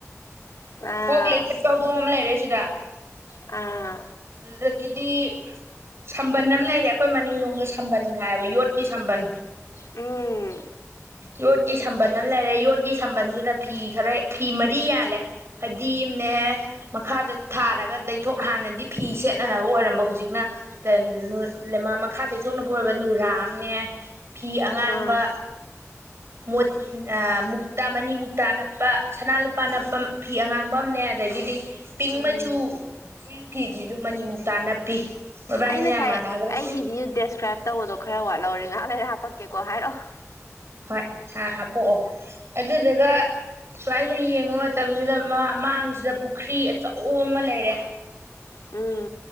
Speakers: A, on the left (about 80°); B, on the right (about 55°).
A: ꯑꯥ
B: ꯀꯣꯛ ꯂꯩꯈꯠꯄ ꯍꯧꯗꯣꯡ ꯑꯃ ꯂꯩꯔꯦ ꯁꯤꯗ
A: ꯑꯥ
B: ꯑꯗꯨꯗꯒꯤꯗꯤ ꯁꯝꯕꯟ ꯑꯃ ꯂꯩꯔꯦ ꯑꯩꯈꯣꯏ ꯃꯅꯤꯡꯗꯣꯡꯗ ꯁꯝꯕꯟꯈꯥꯏꯕ ꯌꯣꯠꯀꯤ ꯁꯝꯕꯟ
A: ꯎꯝ
B: ꯌꯣꯠ ꯀꯤ ꯁꯝꯕꯟ ꯑꯃ ꯂꯩꯔꯦ ꯌꯣꯠꯀꯤ ꯁꯝꯕꯟꯖꯤꯅ ꯐꯤ ꯈꯔ ꯐꯤ ꯃꯔꯤ ꯌꯥꯜꯂꯦ ꯐꯥꯗꯤꯝꯅꯦ ꯃꯈꯥꯗ ꯊꯥꯔꯒ ꯇꯩꯊꯣꯛ ꯍꯥꯟꯅꯗꯤ ꯐꯤ ꯁꯦꯠꯅꯅꯕ ꯑꯣꯏꯔꯝꯕ ꯍꯨꯖꯤꯛꯅ <unintelligible> ꯃꯈꯥ ꯇꯩꯊꯣꯛꯅꯕ ꯑꯣꯏꯕ ꯅꯨꯔꯥ ꯑꯝꯅꯦ ꯐꯤ ꯑꯉꯥꯡꯕ
A: ꯎꯝ
B: ꯃꯣꯠ ꯑꯥ ꯃꯨꯛꯇꯥ ꯃꯅꯤ ꯃꯨꯛꯇꯥ ꯅꯞꯄ ꯁꯅꯥ ꯂꯨꯄꯥ ꯅꯞꯄ ꯐꯤ ꯑꯉꯥꯡꯕ ꯑꯝꯅꯦ ꯑꯗꯒꯤꯗꯤ ꯄꯤꯡ
A: ꯎꯝ
B: ꯃꯆꯨ ꯁꯤ ꯐꯤꯖꯤꯖꯨ ꯃꯅꯤꯃꯨꯛꯇꯥ ꯅꯞꯄꯤ ꯃꯣꯏꯕꯥꯅꯤ
A: ꯑꯩ ꯅꯁꯥꯏ
B: ꯌꯥꯝ ꯃꯥꯟꯅꯈ꯭ꯔꯦ
A: ꯑꯩꯒꯤ ꯚ꯭ꯌꯨ ꯗꯦꯁꯀ꯭ꯔꯥꯏꯞ ꯇꯧꯕꯗꯣ ꯈꯔ ꯋꯥꯠꯂꯧꯔꯦ ꯉꯥꯏꯍꯥꯛ ꯂꯩꯔ ꯍꯥꯄꯛꯀꯦꯀꯣ ꯍꯥꯏꯔꯛꯑꯣ
B: ꯍꯣꯏ ꯍꯥ ꯍꯥꯄꯛꯑꯣ ꯑꯗꯨꯗꯨꯒ ꯁꯨꯃꯥꯏꯟ ꯁꯨꯝ ꯌꯦꯡꯕ ꯃꯥ ꯇꯝꯖꯤꯗ ꯃꯥꯡ ꯃꯥꯡꯁꯤꯗ ꯄꯨꯈ꯭ꯔꯤ ꯑꯆꯧꯕ ꯑꯃ ꯂꯩꯔꯦ
A: ꯎꯝ